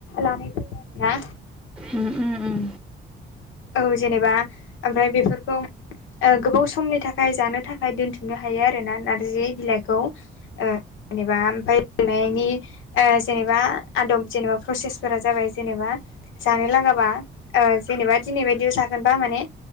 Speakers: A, on the left (about 80°); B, in the centre.
A: लानाय जायो आरोना
B: उम हो उम
A: औ जेनेबा ओमफ्राय बेफोरखौ ओ गोबाव समनि थाखाय जानो थाखाय दोनथुमनो हायो आरो ना नारजि बिलाइ औ ओ जेनेबा ओमफ्राय गेलेनायनि ओ जेनेबा आदब जेनेबा प्रसेसफोरा जाबाय जेनेबा जानो लागाबा ओ जेनेबा दिनै बायदियाव जागोन बा माने